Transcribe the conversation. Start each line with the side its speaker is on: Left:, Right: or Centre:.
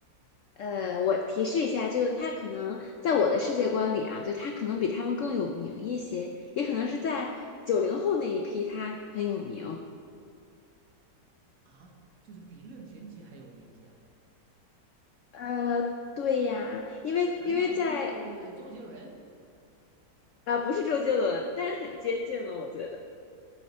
Left: 呃，我提示一下，就是他可能在我的世界观里啊，就他可能比他们更有名一些，也可能是在九零后那一批他很有名。
Right: 啊，就是比任贤齐还有名一些啊？
Left: 呃，对呀，因为因为在
Right: 难道是周杰伦？
Left: 呃不是周杰伦，但是很接近了，我觉得